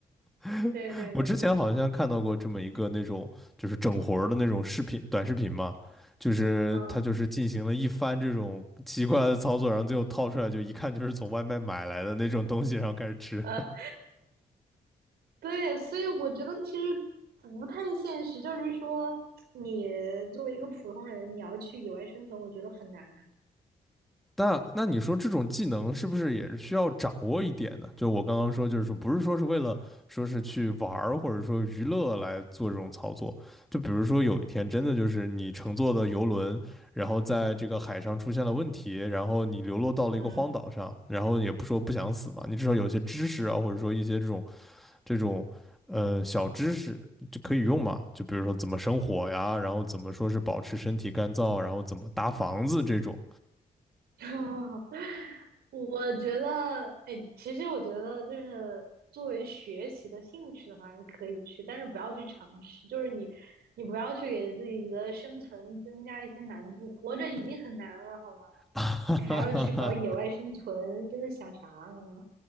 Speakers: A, in the centre; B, on the right.
A: <laughs>
B: 对对对，
A: 我之前好像看到过这么一个那种就是整活儿的那种视频短视频嘛，就是他就是进行了一番这种奇怪的操作，
B: 嗯，
A: 然后最后套出来就一看就是从外卖买来的那种东西，然后开始吃。
B: 呃，对，所以我觉得其实不太现实，就是说你作为一个普通人，你要去野外生存，我觉得很难。
A: 那那你说这种技能是不是也是需要掌握一点呢？就我刚刚说，就是说不是说是为了说是去玩儿或者说娱乐来做这种操作，就比如说有一天真的就是你乘坐的游轮，然后在这个海上出现了问题，然后你流落到了一个荒岛上，
B: 嗯。
A: 然后也不说不想死嘛，你至少有些知识啊，或者说一些这种这种呃小知识就可以用嘛，就比如说怎么生火呀，然后怎么说是保持身体干燥，然后怎么搭房子这种。
B: <laughs> 啊，我觉得，哎，其实我觉得就是作为学习的兴趣的话，你可以去，但是不要去尝试，就是你，你不要去给自己的生存增加一些难度，活着已经很难了，好吗？
A: <laughs> 啊，哈
B: 你还要去搞野外生存，真的想啥呢？